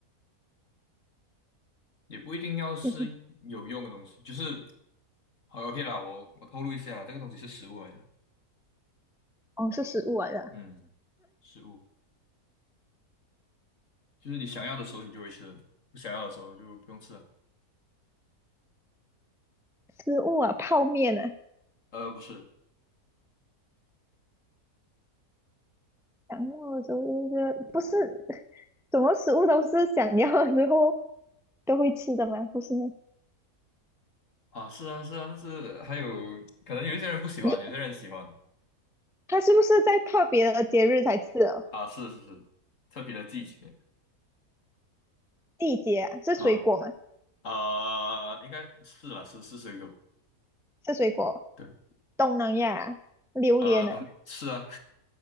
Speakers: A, on the left (about 55°); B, in the centre.
A: 也不一定要是有用的东西，
B: 就是
A: 就是好 OK 啦，我我透露一下，这个东西是食物来的，
B: 哦是食物来的啊，
A: 嗯，食物就是你想要的时候你就会吃，不想要的时候就不用吃了。
B: 食物啊，泡面啊，
A: 呃，不是
B: 想要的时候就是不是什么食物都是想要的后都会吃的吗？不是吗
A: 啊，是啊是啊，但是还有可能有一些人不喜欢，
B: 有
A: 有些人喜欢
B: 它是不是在特别的节日才吃哦？
A: 啊，是是是，特别的季节
B: 季节啊，是水果吗？
A: 啊啊、应该是啦，是是水果，
B: 是水果，
A: 对
B: 东南亚啊榴莲啊。
A: 啊，等是啊